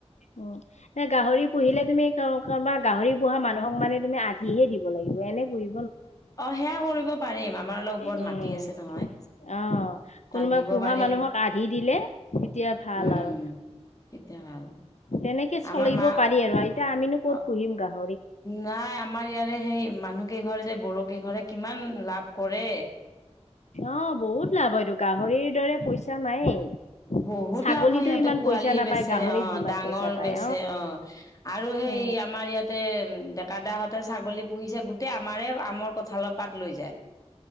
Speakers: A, on the left; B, on the left.
A: উ এনে গাহৰি পুহিলে তুমি ক বা গাহৰি পোহা মানুহক মানে তুমি আধিহে দিব লাগিব এনে পুহি
B: অ' সেয়া কৰিব পাৰিম আমাৰ অলপ ওপৰত
A: উম
B: মাটি আছে নহয়।
A: অ' কোনোবা
B: তাত দিব
A: পোহা
B: পাৰিম
A: মানুহক আ দি দিলে তেতিয়া ভাল
B: উম
A: আৰু।
B: তেতিয়া ভাল
A: তেনেকে চলিব
B: আমাৰ মা
A: পাৰি আৰু এতিয়া আমিনো ক'ত
B: অ
A: পুহিম গাহৰি।
B: নাই আমাৰ ইয়াৰে সেই মানুহকেইঘৰে যে বৰকেইঘৰে কিমান লাভ কৰে
A: অ বহুত লাভ হয়টো গাহৰিৰ দৰে পইচা নায়েই।
B: বহুত
A: ছাগলীতো
B: লাভ হয় ইিহঁতে
A: ইমান
B: পোৱালি
A: পইচা নাপায়
B: বেচে
A: গাহৰিত
B: অ'
A: যিমান
B: ডাঙৰ
A: পইচা পায়
B: বেচে অ' আৰু সেই
A: এ
B: আমাৰ ইয়াতে ডেকা দাহঁতে ছাগলী পুহিছে গোটেই আমাৰে আমৰ কথা ভাল পাত লৈ যায়।